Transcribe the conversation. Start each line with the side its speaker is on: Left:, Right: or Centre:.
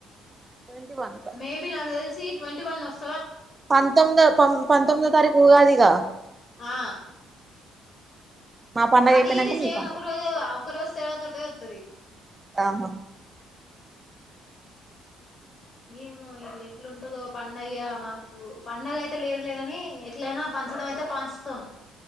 Right: ట్వంటీ వన్ కా
Left: మేబి నాకు తెలిసి ట్వంటీ వన్ వస్
Right: పంతొమ్మిదో తొం పంతొమ్మిదో తారీఖు ఉగాదిగా
Left: ఆ
Right: మా పండగ
Left: అది
Right: అయిపోయినాక
Left: ఇది
Right: మీ
Left: సేమ్
Right: పండగ
Left: ఒక రోజే ఒక రోజు తేడా తోటే వత్తాది
Right: ఆహా
Left: ఏమో ఇది ఎట్లుంటదో పండగ మాకు పండగ అయితే లేదు లే గాని ఎట్లయినా ప పంచడం అయితే పంచతాం